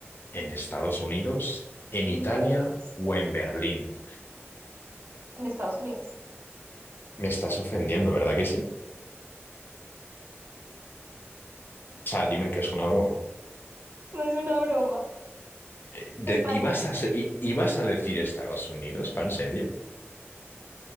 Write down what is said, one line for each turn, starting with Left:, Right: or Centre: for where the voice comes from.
Left: ¿En Estados Unidos? ¿En
Right: Ay,
Left: Italia
Right: creo, sí,
Left: o en Berlín?
Right: en Estados Unidos.
Left: Me estás ofendiendo, ¿verdad que sí? O sea, dime que es una broma.
Right: No es una broma.
Left: Eh, De-
Right: España.
Left: ¿y vas a, se- y, y vas a decir Estados Unidos, pan serio?